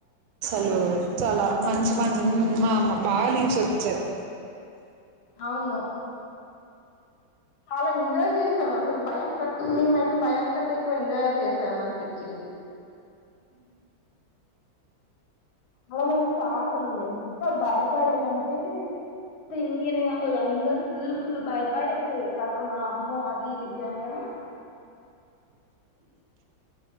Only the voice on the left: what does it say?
అవును అలా ఎంజాయ్ చేస్ అసలు భయం <unintelligible> మేమైతే భయం కంటే ఎక్కువ ఎంజాయ్ చేసాం అన్పిచింది అలా మం <unintelligible> ఆసలు ఎంత భయపడేదంటే తెలియని వాళ్ళు అందరు ఫుల్ ఫుల్ల్ బయపడింది కరోనా అమ్మో అది ఇది అని గని